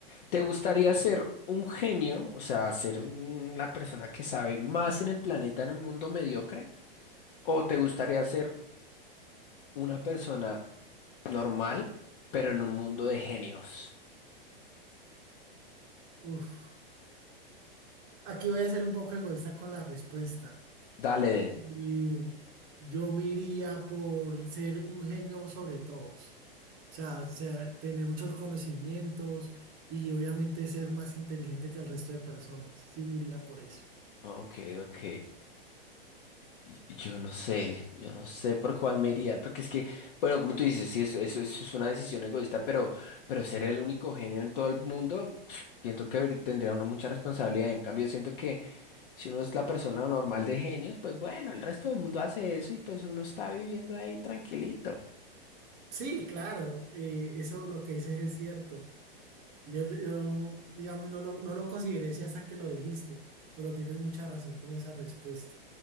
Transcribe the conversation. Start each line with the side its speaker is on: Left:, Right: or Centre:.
Left: ¿Te gustaría ser un genio, o sea, ser un- una persona que sabe más en el planeta en un mundo mediocre? ¿O te gustaría ser una persona normal, pero en un mundo de genios?
Right: Uf. Aquí voy a ser un poco egoísta con la respuesta.
Left: Dale.
Right: Y yo me iría por ser un genio sobre todos. O sea, o sea, tener muchos conocimientos y obviamente ser más inteligente que el resto de personas. Sí, me iría por eso.
Left: Ok, ok. Y- Yo no sé, yo no sé por cuál me iría, porque es que, bueno, como tú dices, sí, eso, eso, eso es una decisión egoísta, pero, pero ser el único genio en todo el mundo, pf, siento que habrí- tendría uno mucha responsabilidad. En cambio, siento que si uno es la persona normal de genios, pues bueno, el resto del mundo hace eso y pues uno está viviendo ahí tranquilito.
Right: Sí, claro, eh, eso lo que dices es cierto. Yo, yo, digamos, no lo, no lo consideré si hasta que lo dijiste, pero tienes mucha razón con esa respuesta.